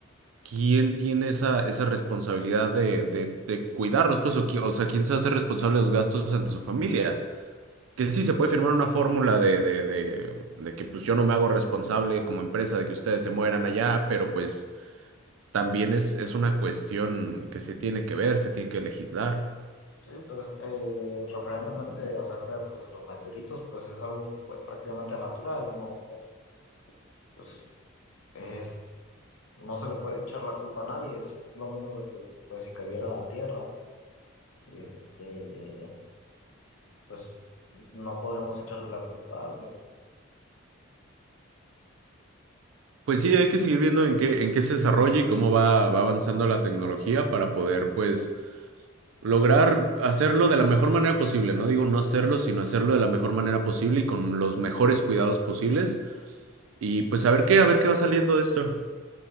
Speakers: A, on the right; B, on the left.
A: ¿quién tiene esa, esa responsabilidad de, de, de cuidarlos? Pues, o, qui- o sea, ¿quién se hace responsable de los gastos ante su familia? Que sí, se puede firmar una fórmula de, de, de, de que pues yo no me hago responsable como empresa de que ustedes se mueran allá, pero pues también es, es una cuestión que se tiene que ver, se tiene que legislar.
B: Sí, pues eh, referentemente acerca pues, de los meteoritos, pues es algo pues prácticamente natural, no, no, pues es, no se le puede echar la culpa a nadie, es lo mismo de que pues si cayera a la Tierra, este, pues no podremos echarle la culpa a alguien.
A: Pues sí, hay que seguir viendo en qué, en qué se desarrolla y cómo va, va avanzando la tecnología para poder, pues, lograr hacerlo de la mejor manera posible. No digo no hacerlo, sino hacerlo de la mejor manera posible y con los mejores cuidados posibles. Y pues a ver qué, a ver qué va saliendo de esto.